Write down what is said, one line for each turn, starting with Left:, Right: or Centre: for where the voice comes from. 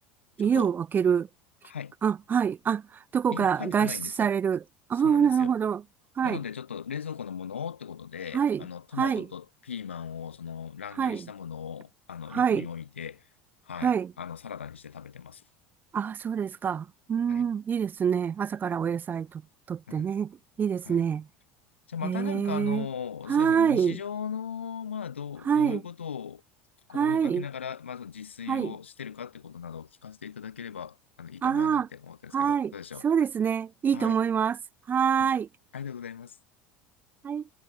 Left: ちょっと、
Right: 家を開ける。
Left: はい、
Right: あ、はい。あ、どこか外出される。
Left: 家に帰ってこないんですよ。そうなんですよ。
Right: ああ、なるほど。はい、
Left: なので、ちょっと冷蔵庫のものをってことで、
Right: はい、
Left: あの、トマトとピーマンを、
Right: はい、
Left: その、乱切りしたものを、
Right: はい、
Left: あの、
Right: はい、
Left: 横に置いて、はい、
Right: はい。
Left: あの、サラダにして食べてます。
Right: あ、そうですか。うん、
Left: はい。
Right: いいですね。朝からお野菜と、
Left: <laughs>
Right: とってね。
Left: うん
Right: いいですね。
Left: はい。じゃあ、またなんか、
Right: へえ。
Left: あの、
Right: はい。
Left: そうですね、日常の、まあ、どう、
Right: はい。
Left: どういうことを心がけながら、
Right: はい。
Left: まず自炊をしてるかってことなどを聞かせていただければ、
Right: はい。
Left: あの、いいかな、
Right: ああ、
Left: なんて思ったんですけど、
Right: はい。
Left: どうでしょ
Right: そうですね。いいと思います。
Left: う。はい。
Right: はーい。
Left: はい。ありがとうございます。
Right: はい。